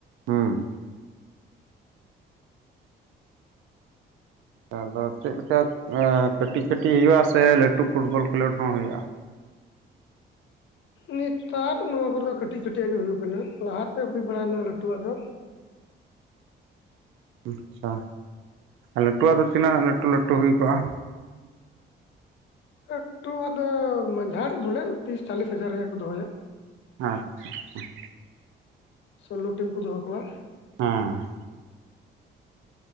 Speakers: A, on the right; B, on the left.
A: ᱦᱩᱸ ᱾ ᱟᱫᱚ ᱪᱮᱫ ᱞᱮᱠᱟ ᱠᱟᱹᱴᱤᱡ ᱠᱟᱹᱴᱤᱡ ᱦᱩᱭᱩᱜᱼᱟ ᱥᱮ ᱞᱟᱹᱴᱩ ᱯᱷᱩᱴᱵᱚᱞ ᱠᱷᱮᱞᱳᱰ ᱦᱚᱸ ᱦᱩᱭᱩᱜᱼᱟ?
B: ᱱᱮᱛᱟᱨ ᱫᱚ ᱱᱚᱣᱟ ᱠᱚᱨ ᱫᱚ ᱠᱟᱹᱴᱤᱡ ᱠᱟᱹᱴᱤᱡ ᱟ ᱜᱮ ᱦᱳᱭᱳᱜ ᱠᱟᱱᱟ ᱞᱟᱦᱟ ᱛᱮ ᱦᱩᱭ ᱵᱟᱲᱟᱭᱱᱟ ᱞᱟᱹᱴᱩᱣᱟᱜ ᱫᱚ ᱾
A: ᱟᱪᱪᱷᱟ, ᱞᱟᱹᱴᱩᱣᱟᱜ ᱫᱚ ᱛᱤᱱᱟᱹᱜ ᱞᱟᱹᱴᱩ ᱞᱟᱹᱴᱩ ᱦᱩᱭ ᱠᱚᱜᱼᱟ?
B: ᱮᱠᱴᱩᱣᱟᱜ ᱫᱚ ᱢᱟᱡᱷᱟᱲᱤ ᱵᱚᱞᱮ ᱛᱤᱥ ᱪᱟᱞᱞᱤᱥ ᱦᱟᱡᱟᱨ ᱨᱮᱭᱟᱜ ᱠᱚ ᱫᱚᱦᱚᱭᱟ ᱾
A: ᱟᱪᱪᱷᱟ ᱟᱪᱪᱷᱟ ᱾
B: ᱥᱳᱞᱞᱳ ᱴᱤᱢ ᱠᱚ ᱫᱚᱦᱚ ᱠᱚᱣᱟ ᱾
A: ᱦᱮᱸ